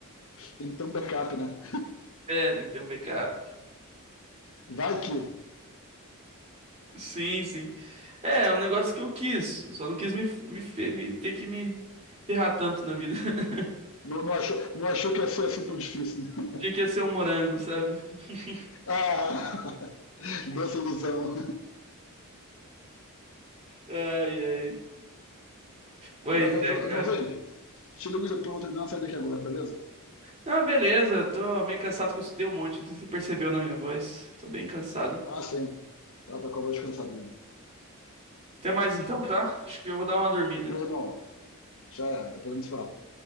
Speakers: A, on the left (about 65°); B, on the right (about 30°).
A: Tem que ter um backup, né?
B: É, tem que ter um backup.
A: Vai que.
B: Sim, sim. É, é um negócio que eu quis. Eu só não quis me, me, fe- me ter que me ferrar tanto na vida. <laughs>
A: Não, não achou, não achou que ia ser assim tão difícil, né?
B: Tinha
A: <laughs>
B: que ser um morango, sabe? <laughs>
A: Ah, <laughs> doce ilusão.
B: Ai, ai. Pois
A: Valeu,
B: é,
A: Jo-
B: cara.
A: Joãozinho. Te ligo depois, vou ter que dar uma saída aqui agora, beleza?
B: Não, beleza. eu Tô meio cansado que eu estudei um monte. Não sei se você percebeu na minha voz. Tô bem cansado.
A: tá sim. Ela tá com a voz cansada mesmo.
B: Até mais então, tá? Acho que eu vou dar uma dormida.
A: Valeu, irmão. Já é, depois a gente fala.